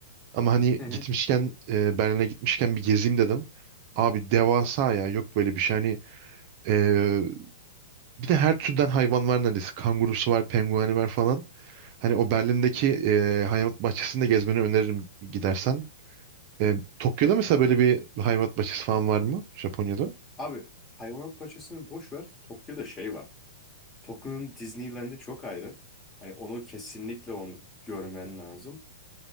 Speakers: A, on the right; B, on the left.
A: Ama hani
B: hı hı.
A: gitmişken e, Berlin'e gitmişken bir gezeyim dedim. Abi devasa ya yok böyle bir şey. Hani e, bir de her türden hayvan var neredeyse. Kangurusu var, pengueni var falan. Hani o Berlin'deki e, hayvanat bahçesinde gezmeni öneririm gidersen. E, Tokyo'da
B: Okey.
A: mesela böyle bir hayvanat bahçesi falan var mı? Japonya'da?
B: Abi hayvanat bahçesini boş ver. Tokyo'da şey var. Tokyo'nun Disneyland'i çok ayrı. Hani onu kesinlikle onu görmen lazım.